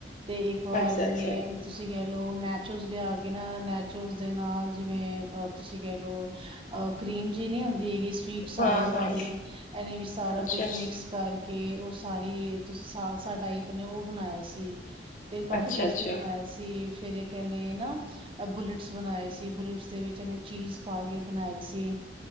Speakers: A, on the right; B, on the left.
A: ਤੇ ਇੱਕ ਵਾਰ
B: ਅੱਛਾ-ਅੱਛਾ,
A: ਏਨੇ ਤੁਸੀਂ ਕੈ ਲੋ ਨੈਚੋਸ ਲਿਆ ਕੇ ਨਾ ਨੈਚ ਜੋ ਉਸਦੇ ਨਾਲ ਜਿਵੇਂ ਅ ਤੁਸੀਂ ਕਹਿਲੋ। ਅਹ ਕਰੀਮ ਜਿ ਨੀ ਹੁੰਦੀ ਹੈਗੀ ਸਵੀਟ ਸਾਵਰ
B: ਹਾਂ-ਹਾਂ,
A: ਵਾਲੀ ਐਨੇ ਵੀ ਸਾਰਾ
B: ਅੱਛਾ
A: ਕੁਛ ਮਿਕਸ ਕਰਕ ਕੇ ਔ ਸਾਰੀ ਤੁਸੀਂ ਸਾਲਸਾ ਟਾਈਪ ਨੇ ਔ ਬਣਾਇਆ ਸੀ। ਤੇ ਔ ਕਾਫ਼ੀ
B: ਅੱਛਾ
A: ਟੇਸਟੀ
B: ਅੱਛਾ
A: ਬਣਾਇਆ ਸੀ, ਫੇਰ ਏ ਕੈੰਣੇ ਨਾ ਆ ਬੁਲੱਟ ਬਣਾਏ ਸੀ ਬੁਲੇਟਸ ਦੇ ਵਿੱਚ ਐਨੇ ਚੀਸ ਪਾ ਕੇ ਬਣਾਏ ਸੀ,